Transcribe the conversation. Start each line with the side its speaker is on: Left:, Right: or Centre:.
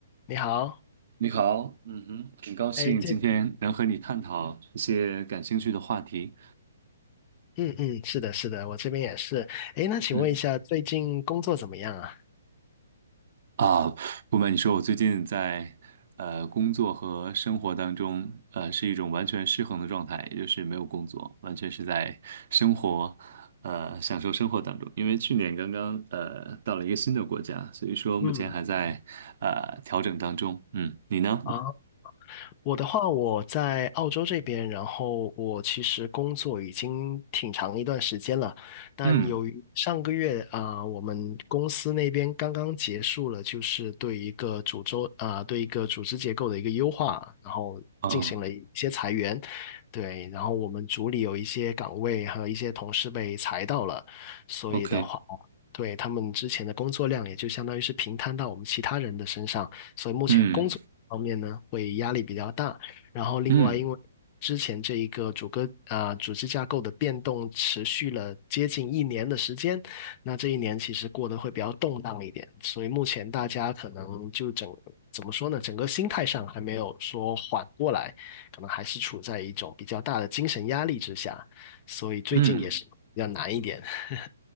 Left: 你好，
Right: 你好，嗯哼，很高兴今天能和你探讨一些感兴趣的话题。
Left: 哎，这，嗯嗯，是的，是的，我这边也是。哎，那请问一下，
Right: 嗯
Left: 最近工作怎么样啊？
Right: 啊，不瞒你说，我最近在呃工作和生活当中，呃是一种完全失衡的状态，也就是没有工作，完全是在生活，呃享受生活当中。因为去年刚刚呃到了一个新的国家，所以说目前还在呃调整当中。
Left: 嗯，
Right: 嗯，你呢？
Left: 啊。我的话，我在澳洲这边，然后我其实工作已经挺长一段时间了，但由于上个月啊、
Right: 嗯，
Left: 我们公司那边刚刚结束了，就是对一个组织啊、对一个组织结构的一个优化，然后进行了一些裁员，
Right: 哦
Left: 对，然后我们组里有一些岗位和一些同事被裁到了，所以的话。
Right: ，OK，
Left: 对，他们之前的工作量也就相当于是平摊到我们其他人的身上，所以目前工作。
Right: 嗯
Left: 方面呢会压力比较大。然后另外，
Right: 嗯
Left: 因为之前这一个主歌啊、组织架构的变动持续了接近一年的时间，那这一年其实过得会比较动荡一点，所以目前大家可能就整怎么说呢，整个心态上还没有说缓过来，可能还是处在一种比较大的精神压力之下，所以最近也是比较难一点。
Right: 嗯。
Left: <laughs>